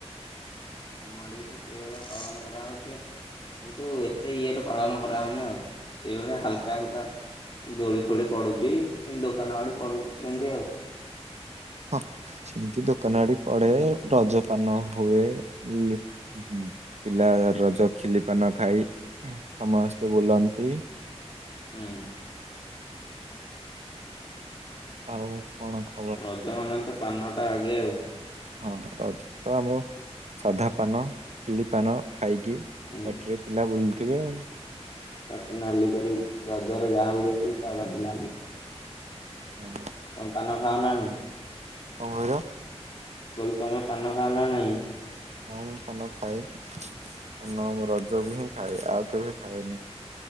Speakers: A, on the left (about 45°); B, on the right (about 80°).
A: ଆମ ଆଡେ ବି ତ ସେଇଭଳିଆ ପାଳନ କରାହଉଛି। କିନ୍ତୁ ଏତେ ଇଏରେ ପାଳନ କରାହଉନି ଆଉ ସେଇଭଳିଆ ହାଲକା ହାଲକା। ଦୋଳି ଫୋଳି ପଡୁଚି କିନ ଦୋକାନ ଆଡେ ପଡୁଚି ସେମତି ଆଉ।
B: ହଁ ସେମିତି ଦୋକାନ ଆଡି ପଡେ ରଜ ପାନ ହୁଏ <inaudible> ହୁଁ ପିଲା ରଜ ଖିଲି ପାନ ଖାଇ ସମସ୍ତେ ବୁଲନ୍ତି।
A: ଉଁ
B: ଆଉ କଣ କ
A: ରଜ ମାନେ ତ ପାନ ଟା ଆଗେ ଆଉ।
B: ହଁ ରଜ ତ ଆମ ସାଧା ପାନ ଖିଲି ପାନ ଖାଇକି
A: ହୁଁ।
B: ପାଟିରେ ପିଲା ବୁଲୁଥିବେ ଆଉ।
A: ପାଟି ନାଲି କରିକି ରଜରେ ଯାହାକୁ ଦେଖିବୁ ତା ପାଟି ନାଲି।
B: ହଁ।
A: ତମେ ପାନ ଖାଅ ନା ନାଇଁ ମୁଁ
B: କହିଲ?
A: କହିଲ ତମେ ପାନ ଖାଅ ନା ନାଇଁ?
B: ହଁ ମୁଁ ପାନ ଖାଏ ପାନ ମୁଁ ରଜ କୁ ହିଁ ଖାଏ ଆଉ କେବେ ଖାଏନି।